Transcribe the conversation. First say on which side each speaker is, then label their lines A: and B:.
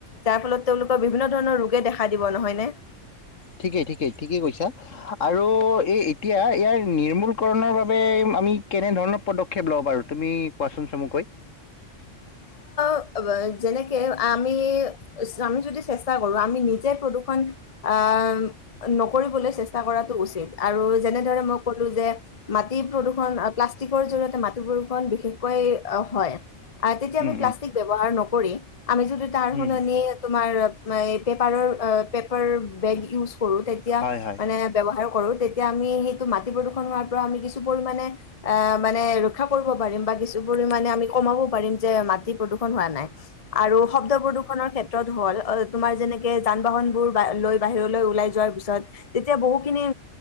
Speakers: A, on the left; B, on the left.
A: যাৰ ফলত তেওঁলোকৰ বিভিন্ন ধৰণৰ ৰোগে দেখা দিব নহয় নে?
B: ঠিকেই-ঠিকেই-ঠিকেই কৈছা আৰু এই এতিয়া ইয়াৰ নিৰ্মূলকৰণৰ বাবে আমি কেনে ধৰণৰ পদক্ষেপ লওঁ বাৰু তুমি কোৱাচোন চমুকৈ? উ <inaudible>
A: অ যেনেকে আমি-আমি যদি চেষ্টা কৰো, আমি নিজে প্ৰদূষণ আ আম, নকৰিবলৈ চেষ্টা কৰাটো উচিত আৰু যেনেদৰে মই ক'লোঁ যে মাটি প্ৰদূৰণ প্লাষ্টিকৰ জৰিয়তে মাটি প্ৰদূৰ্ষণ বিশেষকৈ হয়। আ, তেতিয়া
B: উম
A: আমি প্লাষ্টিক ব্যৱহাৰ নকৰি, আমি যদি তাৰ সলনি
B: উম,
A: তোমাৰ এই পেপাৰৰ, অ পেপাৰ বেগ ইউজ কৰো তেতিয়া
B: হয় হয়
A: মানে ব্যৱহাৰ কৰোঁ তেতিয়া আমি সেইটো মাটি প্ৰদূষণ হোৱাৰ পৰা আমি কিছু পৰিমাণে, আ মানে ৰ ৰক্ষা কৰিব পাৰিম বা কিছু পৰিমাণে আমি কমাব পাৰিম যে মাটি প্ৰদূষণ হোৱা নাই৷ আৰু শব্দ প্ৰদূষণৰ ক্ষেত ত হল অ তোমাৰ যেনেকে যান বাহন বোৰ লৈ বাহিৰলৈ ওলাই যোৱাৰ পিছত তেতিয়া বহুখিনি